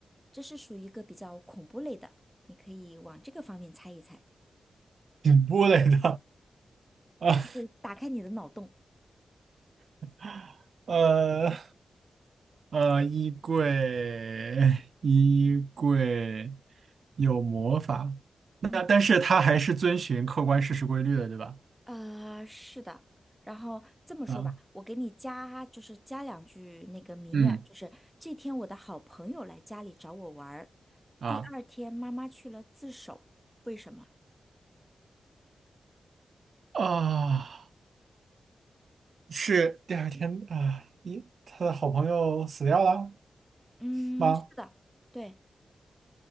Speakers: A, in the centre; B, on the right.
A: 这是属于一个比较恐怖类的，你可以往这个方面猜一猜，
B: 顶部类的啊，
A: 就是打开你的脑洞。
B: <laughs> 呃，呃，衣柜，<laughs> 衣柜有魔法，那但是它还是遵循客观事实规律的，
A: 嗯，
B: 对吧？
A: 呃，是的。然后这么说吧，
B: 啊
A: 我给你加，就是加两句那个谜面儿就是这天我的好朋友来家里找我玩儿，
B: 嗯啊，
A: 第二天妈妈去了自首，为什么？
B: 啊，是第二天啊，一他的好朋友死掉了
A: 嗯，
B: 吗？
A: 是的，对，